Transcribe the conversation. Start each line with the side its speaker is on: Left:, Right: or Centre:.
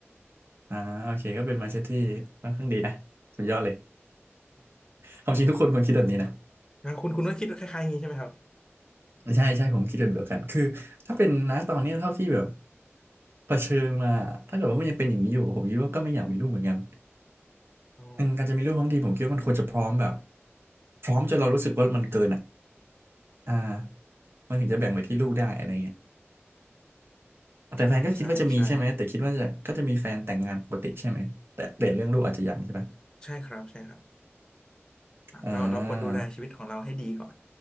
Right: อ่าโอเคก็เป็น mindset ที่ค่อนข้างดีนะสุดยอดเลย <laughs> ความจริงทุกคนควรคิดแบบนี้นะ
Left: อ่าคุณคุณก็คิดคล้ายๆอย่างนี้ใช่ไหมครับ
Right: ใช่ใช่ผมคิดแบบเดียวกันคือถ้าเป็นนะตอนเนี้ยเท่าที่แบบเผชิญมาถ้าเกิดว่ามันยังเป็นอย่างนี้อยู่ผมคิดว่าก็ไม่อยากมีลูกเหมือนกัน
Left: อ๋อ
Right: อืมการจะมีลูกทั้งทีผมคิดว่ามันควรจะพร้อมแบบพร้อมจนเรารู้สึกว่ามันเกินอ่ะอ่า มันถึงจะแบ่งไปที่ลูกได้อะไรเงี้ยแต่แฟนก็คิดว่าจะมีใช่ไหมแต่คิดว่าจะก็จะมีแฟนแต่งงานปกติใช่ไหมแต่แต่เรื่องลูกอาจจะยังใช่ไหม
Left: ใช่ใช่ใช่ใช่ครับใช่ครับอ่ะเราเราควรดูแลชีวิตของเราให้ดีก่อน
Right: อ่า